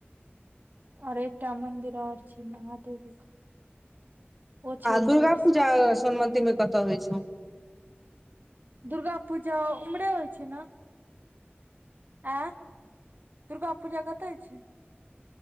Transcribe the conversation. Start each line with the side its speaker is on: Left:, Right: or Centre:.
Right: आओर एकटा मंदिर ओर छै महादेवी के ओ छै
Centre: आ
Right: ओहि
Centre: दुर्गा
Right: साइड
Centre: पूजा सोनमती मे कत होइ छौ
Right: दुर्गा पूजा उमरे होइ छै न ऐं दुर्गा पूजा कतऽ अछै